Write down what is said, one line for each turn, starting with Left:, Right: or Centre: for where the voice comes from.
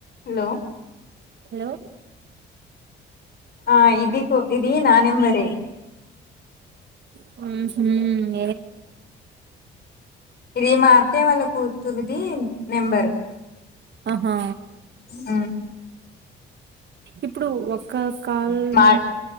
Left: Hello
Right: hello
Left: ఆ ఇదికు ఇది నా నెంబర
Right: ఆహు
Left: ఇది మా అత్తయ వాళ్ళ కూతురుది నెంబరు
Right: ఆహా
Left: హ్మ్మ్
Right: ఇప్పుడు ఒక కాల్
Left: మా
Right: ను